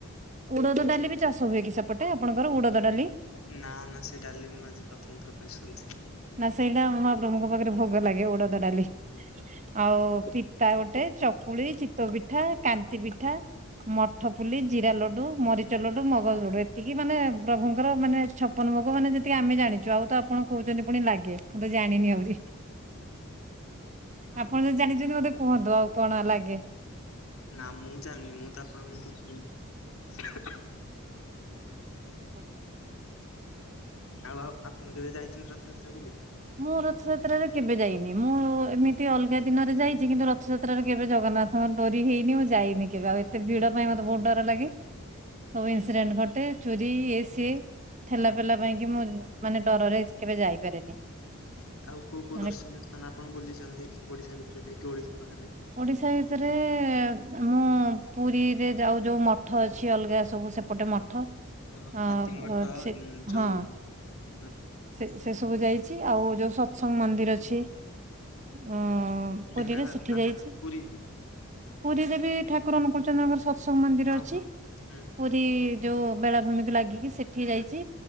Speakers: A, on the right; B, on the left.
A: ଉଡ଼ଦ ଡାଲି ବି ଚାଷ ହୁଏ କି ସେପଟେ ଆପଣଙ୍କର ଉଡ଼ଦ ଡାଲି
B: ନା ନା ସେ ଡାଲି ମୁଁ ଆଜି ପ୍ରଥମ ଥର ପାଇଁ ଶୁଣୁଚି।
A: ନା ସେଇଟା ମହାପ୍ରଭୁଙ୍କ ପାଖରେ ଭୋଗ ଲାଗେ ଓଡ଼ଦ ଡାଲି
B: ହଁ
A: ଆଉ ପି ତା ଗୋଟେ ଚକୁଳି, ଚିତୋଉ ପିଠା, କାନ୍ତି ପିଠା ମଠପୁଲି, ଜିରା ଲଡୁ, ମରିଚ ଲଡୁ, ମଗଜ ଲଡୁ, ଏତିକି ମାନେ ପ୍ରଭୁଙ୍କର ମାନେ ଛପନ ଭୋଗ ମାନେ ଯେତିକି ଆମେ ଜାଣିଚୁ ଆଉ ତ ଆପଣଙ୍କୁ କୋହୁଚନ୍ତି ପୁଣି ଲାଗେ ମୁଁ ତ ଜାଣିନି ଆହୁରି ଆପଣ
B: ହଁ
A: ଯଦି ଜାଣି ଚନ୍ତି ମତେ କୁହନ୍ତୁ ଆଉ କଣ ଲାଗେ।
B: ନା ମୁଁ ଜାଣିନି ମୁଁ ତ ଆପଣଙ୍କଠୁ ଶୁ ଉଁ
A: ଅ।
B: ଆଉ ଆଉ ଆପଣ କେବେ ଯାଇଚନ୍ତି ରଥଯାତ୍ରା ବୁଲି?
A: ମୁଁ ରଥଯାତ୍ରାରେ କେବେ ଯାଇନି ମୁଁ ଏମିତି ଅଲଗା ଦିନରେ ଯାଇଚି କିନ୍ତୁ ରଥଯା ତ୍ରାରେ କେବେ ଜଗନାଥଙ୍କ ଡରି ହେଇନି ମୁଁ ଯାଇନି କେବେ ଆଉ ଏତେ ଭିଡ ପାଇଁ ମତେ ବୋହୁତ ଡର ଲାଗେ। ସବୁ ଇନସିଡେଣ୍ଟ ଘଟେ ଚୋରି ଇଏ ସିଏ ଠେଲାପେଲା ପାଇଁ କି ମୁଁ ମାନେ ଡରରେ କେବେ ଯାଇପାରେନି।
B: ହଁ ଆଉ କୋଉ କୋଉ
A: ମାନେ
B: ଦର୍ଶନୀୟ ସ୍ଥାନ ଆପଣ ବୁଲିଚନ୍ତି ଓଡିଶା ଭିତରେ କି ଓଡିଶା ବାହାରେ।
A: ଓଡିଶା ଭିତରେ ମୁଁ ପୁରୀରେ ଯାଉ ଯୋଉ ମଠ ଅଛି ଅଲଗା ସବୁ ସେପଟେ ମ ଠ
B: ହଁ
A: ଅ
B: ହାତୀ ମଠ
A: ଅଛି
B: ଉଁ ଯୋଉ
A: ହଁ।
B: ହଁ
A: ସେ ସେ ସବୁ ଯାଇଚି ଆଉ ଯୋଉ ସତସଙ୍ଗ ମନ୍ଦିର ଅଛି। ଉଁ
B: ଢେଙ୍କାନାଳ
A: ପୁରୀରେ ସେ
B: ନା
A: ହେଇଚି
B: କଣ ପୁରୀ।
A: ପୁରୀରେ ବି ଠାକୁର ଅନୁକୂଳଚନ୍ଦ୍ରଙ୍କର ସତସଙ୍ଗ ମନ୍ଦିର
B: ହଁ
A: ଅଛି।
B: ହଁ ହୁଁ।
A: ପୁରୀ ଯୋଉ ବେଳାଭୂମିକୁ ଲାଗିକି ସେଠି ଯାଇଚି